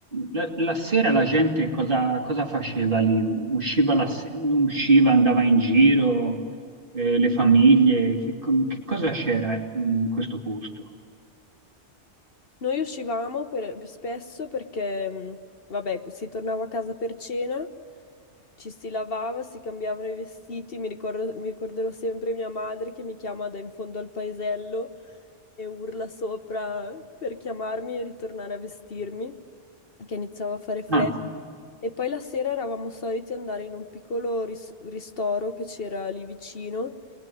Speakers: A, on the right; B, on the left.
A: la, la sera la gente cosa, cosa faceva lì? U- Usciva, la se- usciva, andava in giro, eh, le famiglie, che, com- che cosa c'era eh, in questo posto?
B: Noi uscivamo per- spesso perché, mh, vabbè, si tornava a casa per cena, ci si lavava, si cambiavano i vestiti. Mi ricordo- mi ricorderò sempre mia madre che mi chiama da in fondo al paesello e urla sopra per chiamarmi e ritornare a vestirmi che iniziava a fare freddo
A: Ah,
B: e poi la sera eravamo soliti andare in un piccolo ris- ristoro che c'era lì vicino